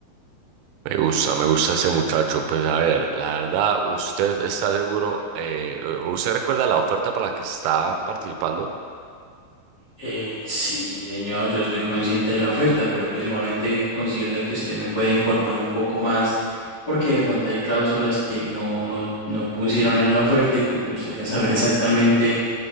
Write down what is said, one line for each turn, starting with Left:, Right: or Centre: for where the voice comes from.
Right: Me gusta, me gusta ese muchacho. Pues a ver, la verdad, ¿usted está seguro? eh, ¿usted recuerda la oferta para la que está participando?
Left: Eh, sí, sí, señor, yo soy consciente de la oferta, pero pues igualmente considero de que usted me puede informar un poco más, porque de pronto hay cláusulas que no, no, no pusieron en la oferta y pues me gustaría saber exactamente,